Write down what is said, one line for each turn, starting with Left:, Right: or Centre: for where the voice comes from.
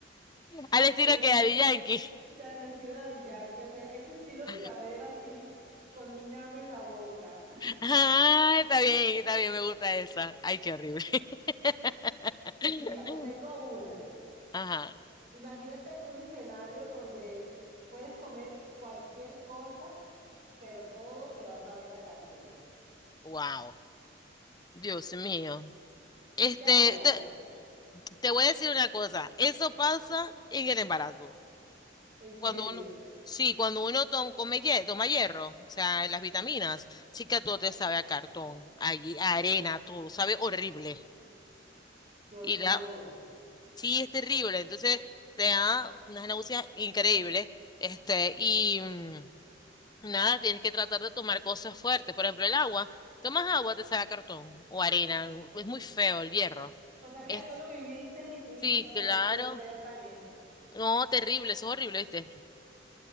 Left: Al estilo
Right: Que el,
Left: que Daddy Yankee.
Right: el estilo de Daddy que o sea, este estilo
Left: <laughs>
Right: tiradera así, con un ñame en la boca.
Left: Ah, está bien, está bien, me gusta esa. Ay, qué horrible. <laughs>
Right: Mira, te tengo una.
Left: Ajá,
Right: Imagínate un escenario donde puedes comer cualquier cosa, pero todo te va a saber a cartón.
Left: wow, Dios mío. Este,
Right: ¿Tú qué harías?
Left: te, te voy a decir una cosa, eso pasa en el embarazo.
Right: En
Left: Cuando
Right: serio,
Left: uno, sí, cuando uno tom- come hie- toma hierro, o sea, las vitaminas, sí que todo te sabe a cartón, allí, a arena, todo sabe horrible.
Right: qué horror.
Left: Y la, sí, es terrible. Entonces, te da unas náuseas increíbles. Este, y. mm, Nada, tienes que tratar de tomar cosas fuertes. Por ejemplo, el agua. Tomas agua, te saca cartón o arena. Es muy feo el hierro.
Right: O sea que
Left: Este,
Right: ya tú lo viviste y tú dices,
Left: sí,
Right: no, ya
Left: claro.
Right: yo soy experta en esto.
Left: No, terrible, eso es horrible, ¿viste?